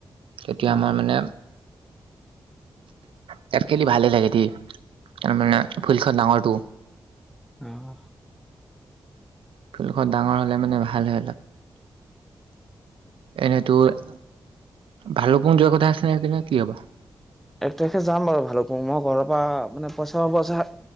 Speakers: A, on the right; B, in the centre.
A: তেতিয়া
B: অ
A: আমাৰ মানে তাত খেলি ভালেই লাগে দেই। তাৰমানে ফিল্ডখন ডাঙৰটো।
B: অ।
A: ফিল্ডখন ডাঙৰ হলে মানে ভাল হৈ ন। এনেই তোৰ, ভালুকপুং যোৱাৰ কথা আছিলে সদিনা কি হ'বা।
B: এক তাৰিখে যাম বাৰু এফালৰ পৰা মই ঘৰৰ পৰা মানে পইচা পাব আছে